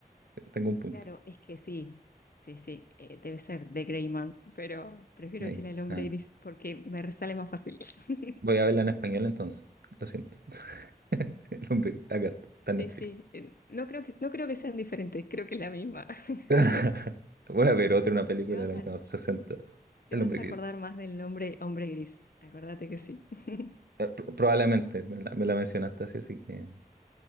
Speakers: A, on the right (about 85°); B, on the left (about 70°).
A: eh, tengo un punto.
B: Claro, es que sí, sí, sí, eh, debe ser de Grey Man, pero prefiero
A: Ahí,
B: decirle el hombre
A: sí.
B: gris porque me sale más fácil. <laughs>
A: Voy a verla en español entonces. Lo siento. <laughs> El hombre acá está está en
B: Sí,
A: Netflix.
B: sí, eh, no creo que, no creo que sean diferentes, creo que es la misma. <laughs>
A: <laughs> Voy a ver otra, una película
B: Te vas
A: de los
B: a,
A: años 60.
B: te
A: El
B: vas
A: hombre
B: a
A: gris.
B: acordar más del nombre hombre gris, acordate que sí. <laughs>
A: Eh, pro- probablemente me la, me la mencionaste así, así que